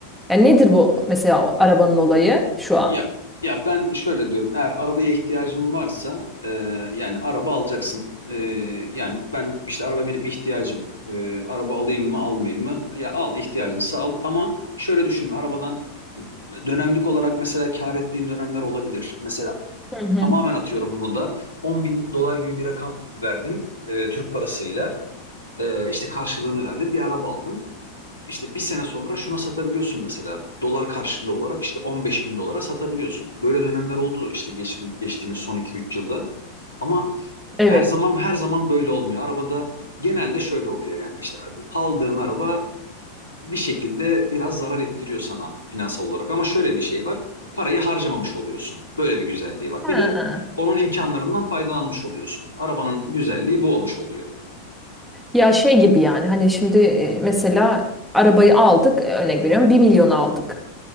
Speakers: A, in the centre; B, on the left (about 80°).
A: Yani nedir bu mesela o arabanın olayı şu an?
B: Ya ya ben şöyle diyorum. Eğer arabaya ihtiyacım varsa e, yani araba alacaksın. E, yani ben işte araba benim ihtiyacım. E, araba alayım mı, almayayım mı? Ya al ihtiyacınsa al. Ama şöyle düşünme arabadan dönemlik olarak mesela kar ettiğin dönemler olabilir. Mesela
A: Hı hı.
B: Tamamen atıyorum bunu da. 10 bin dolar gibi bir rakam verdin e, Türk parasıyla. E, işte karşılığını verdin. Bir araba aldın. İşte bir sene sonra şuna satabiliyorsun mesela. Dolar karşılığı olarak işte 15 bin dolara satabiliyorsun. Böyle dönemler oldu işte geç- geçtiğimiz son iki üç yılda. Ama
A: Evet.
B: her zaman her zaman böyle olmuyor. Arabada genelde şöyle oluyor yani. İşte aldığın araba bir şekilde biraz zarar ettiriyor sana finansal olarak. Ama şöyle bir şey var. Parayı harcamamış oluyorsun. Böyle bir güzelliği var.
A: Ha.
B: Bir de onun imkanlarından faydalanmış oluyorsun. Arabanın güzelliği bu olmuş oluyor.
A: Ya şey gibi yani hani şimdi e, mesela arabayı aldık örnek veriyorum bir milyon aldık.